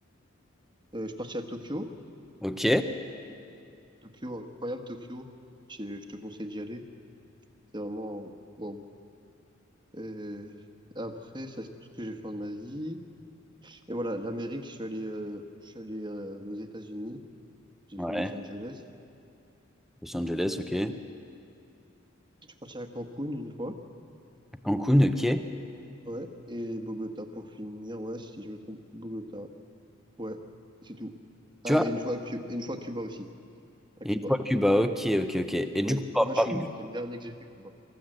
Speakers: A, on the right; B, in the centre.
A: Euh, je suis parti à Tokyo.
B: ok.
A: Tokyo, incroyable, Tokyo. Je, je te conseille d'y aller. C'est vraiment, waouh. Euh, après, ça c'est tout ce que j'ai fait en Asie. Et voilà, l'Amérique, je suis allé, euh, je suis allé euh, aux États-Unis. J'ai
B: Ouais,
A: fait Los Angeles.
B: Los Angeles, ok.
A: Je suis parti à Cancun une fois.
B: Cancun, ok.
A: Ouais. Et Bogota pour finir. Ouais, si je me trompe, Bogota. Ouais, c'est tout. Ah,
B: Tu vois?
A: et une fois, Cu- et une fois Cuba aussi. À
B: Et
A: Cuba.
B: toi, Cuba, ok, ok, ok. Et
A: Ouais,
B: du coup,
A: Cuba,
B: par-
A: je
B: parmi
A: suis- c'était le dernier que j'ai fait, Cuba.